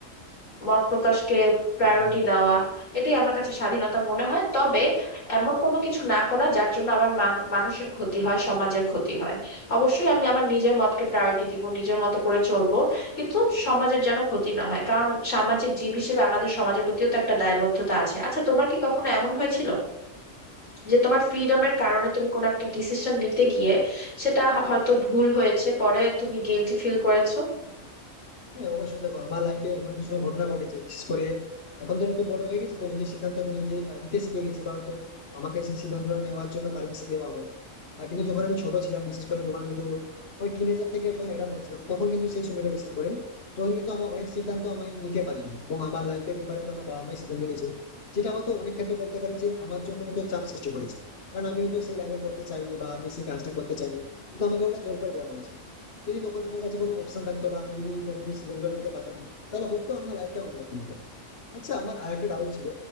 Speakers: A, on the left; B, on the left.
A: মত প্রকাশকে প্রায়োরিটি
B: হ্যাঁ
A: দেওয়া এটাই আমার কাছে স্বাধীনতা মনে হয় তবে এমন কোনো কিছু না করা যার জন্য আবার মান- মানুষের ক্ষতি হয় সমাজের ক্ষতি হয় অবশ্যই আমি আমার নিজের মতকে প্রায়োরিটি দিব নিজের মতো করে চলবো কিন্তু সমাজের যেন ক্ষতি না হয় কারণ সামাজিক জীব হিসেবে আমাদের সমাজের প্রতিও তো একটা দায়বদ্ধতা আছে আচ্ছা তোমার কি কখনো এমন হয়েছিল যে তোমার ফ্রিডমের কারণে তুমি কোনো একটা ডিসিশন নিতে গিয়ে সেটা হয়তো ভুল হয়েছে পরে তুমি গিলটি ফিল করেছো
B: হ্যাঁ অবশ্যই দেখো আমার লাইফে এমন কিছু ঘটনা ঘটেছে বিশেষ করে এখন তো একটু বড় হয়ে গেছি তো নিজের সিদ্ধান্তকে নিজে আহ, নিতে শিখে গেছি বা হয়তো আমাকে সেই সিদ্ধান্ত নেওয়ার জন্য পারমিশন দেওয়া হয় আর কিন্তু যখন আমি ছোট ছিলাম বিশেষ করে যখন আমি তো ওই টিনেজার থেকে যখন এডাল হচ্ছিলাম তখন কিন্তু সেই সময়টা বিশেষ করে তখন কিন্তু আমার অনেক সিদ্ধান্ত আমি নিতে পারিনি এবং আমার লাইফের ব্যাপারে হয়তো আমার বাবা মাই সিদ্ধান্ত নিয়েছে যেটা হয়তো অনেক ক্ষেত্রে বলতে পারি যে আমার জন্য হয়তো চাপ সৃষ্টি করেছে কারণ আমি হয়তো সেই লাইনে পড়তে চাইনি বা আমি সেই কাজটা করতে চাইনি কিন্তু আমাকে ওটা জোর করে দেওয়া হয়েছে যদি তখন আমার কাছে কোনো অপশন থাকতো বা আমি যদি তখন কিছু সিদ্ধান্ত নিতে পারতাম তাহলে হয়তো আমার লাইফটা অন্যরকম হতো আচ্ছা আমার আর একটা ডাউট ছিল